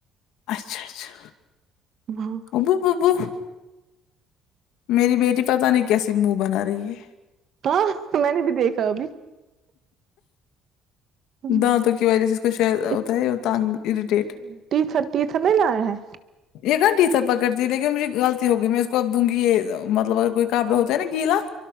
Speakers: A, on the left (about 70°); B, on the right (about 40°).
A: اچھا اچھا
B: بہو
A: وہبو وہبو <unintelligible> میری بیٹی پتا نہیں کیسی منہ بنا رہی ہے
B: ہاں میں نے بھی دیکھا ابھی
A: ہے
B: <unintelligible>
A: دانتوں کی وجہ سے اس کو شاید ہوتا ہے تنگ اریٹیٹ
B: تھر ٹی تھر نہیں لاے ہیں
A: ایک گنٹی سر پکڑتی ہے لیکن مجھے غلط ہو گئی میں اس کو اب دوں گی یہ مطلب اگر کوئی کابڑ ہو ہے نا گیلا